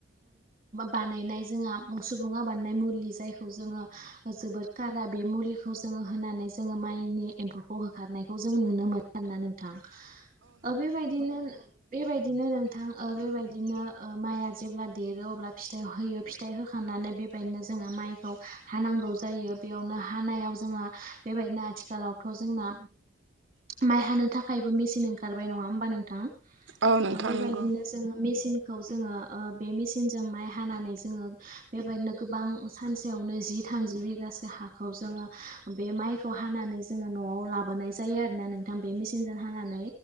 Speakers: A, on the right; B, on the right.
A: बानायनाय जोंहा सुबुङा बानायनाय मुलि जायखौ जोङो जोबोद कारा बे मुलिखौ जोङो होनानै जोङो माइनि एम्फौखौ होखारनायखौ जों नुनो मोनो। आरोना नोंथां। बेबायदिनो बेबायदिनो नोंथां ओ बेबायदिनो ओ माइआ जेब्ला देरो अब्ला फिथाइ होयो फिथाइ होखां- नानै बेबायदिनो जोङो माइखौ हानांगौ जायो बेयावनो हानायाव जोङो बेबायदिनो आ- आथिखालावथ' जोंना माइ हानो थाखायबो मेसिन ओंखारबाय नङा होमबा नोंथां?
B: औ नोंथां नंगौ औ नोंथां
A: बेबायदिनो
B: नंगौ
A: जोङो मेचिन- खौ जोङो ओ बे मेसिनजों माइ हानानै जोङो बेबायदिनो गोबां सानसेयावनो जि- थामजि बिगासो हाखौ जोङो बे माइखौ हानानै जोङो न'आव लाबोनाय जायो आरो नोंथां बे मेचिनजों हानानै